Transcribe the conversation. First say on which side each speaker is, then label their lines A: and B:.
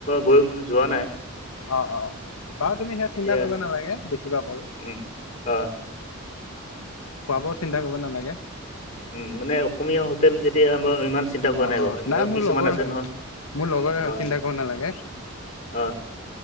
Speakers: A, on the left; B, on the left.
A: গৈ, যোৱা নাই।
B: অ, অ, বাৰু তুমি সেয়া
A: এতিয়া
B: চিন্তা কৰিব নালাগে, দেখিবা বাৰু।
A: উম অ
B: খোৱাবোৱা চিন্তা কৰিব নালাগে।
A: উম, মানে অসমীয়া হোটেল যেতিয়া, আমাৰ ইমান চিন্তা কৰা
B: অঁ
A: নাই বাৰু,
B: অঁ
A: আৰু
B: মোৰ
A: কিছুমান
B: লগৰ
A: আছে
B: হয়
A: নহয়
B: মোৰ লগৰে হয়
A: অ,
B: চিন্তা কৰিব নালাগে
A: অ,